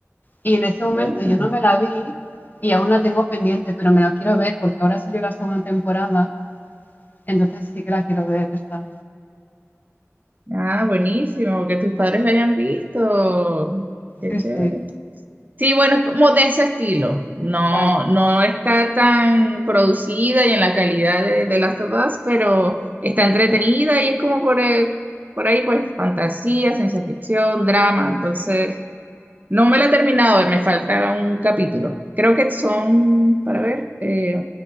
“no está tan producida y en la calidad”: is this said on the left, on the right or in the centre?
Right